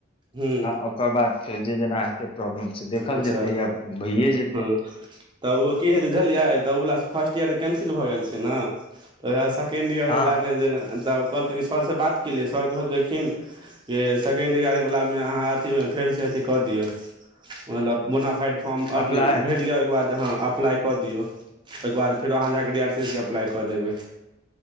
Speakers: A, on the right; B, on the left.
A: हूँ
B: आ ओकर बाद फेर जे जेना हेतै प्रॉब्लम से देखल
A: अच्छा
B: जेतै या भइये जेतै
A: <inaudible> तऽ उहो की हेतै बुझलियै तऽ ओवला फर्स्ट ईयर के कैंसिल भऽ गेल छै ने तऽ उएह सेकेंड ईयरवला
B: हँ
A: मे जेना तब कहलकै सर से बात केलियै सर कहलकेखिन कि सेकेण्ड ईयर वला मे अहाँ अथीमे फेर से अथी कऽ दियौ मतलब बोनाफाइड फॉर्म अथी
B: अप्लाइ
A: भैर लिया ओएके बाद अहाँ अप्लाइ कऽ दियौ ओएके बाद फेर अहाँ जा कऽ डी आर सी सी के अप्लाइ कऽ देबै